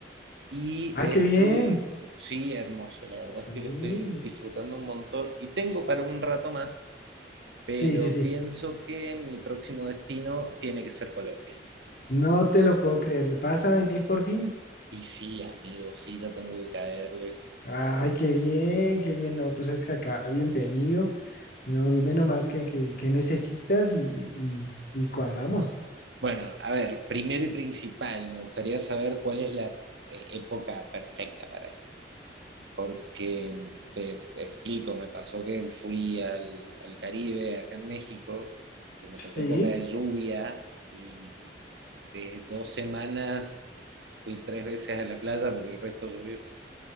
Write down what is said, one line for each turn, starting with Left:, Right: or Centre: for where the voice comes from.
Right: y
Left: Ah, qué
Right: estoy,
Left: bien.
Right: sí, hermoso, la verdad es
Left: Sí,
Right: que lo estoy disfrutando un montón y tengo para un rato más, pero
Left: sí, sí, sí.
Right: pienso que mi próximo destino tiene que ser Colombia.
Left: No te lo puedo creer. ¿Vas a venir por fin?
Right: Y sí, amigo, sí, ya tengo que caerles.
Left: Ay, qué bien, qué bien. No, tú sabes que acá, bienvenido. No, dime nomás qué, qué, qué necesitas y, y, y cuadramos.
Right: Bueno, a ver, primero y principal, me gustaría saber cuál es la eh, época perfecta para ir. porque mm, te explico, me pasó que fui al, al Caribe, acá en México, y me
Left: Sí.
Right: tocó época de lluvia, y de dos semanas fui tres veces a la playa porque el resto llovió.